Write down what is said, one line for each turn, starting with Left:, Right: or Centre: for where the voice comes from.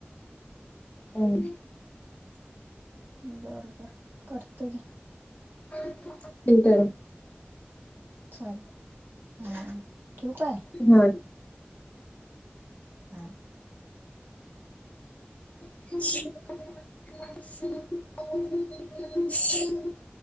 Left: हम्म
Right: बर बर करतो घे
Left: ठीक आहे.
Right: चालल हा, ठेवू काय?
Left: हम्म
Right: हा
Left: <inaudible>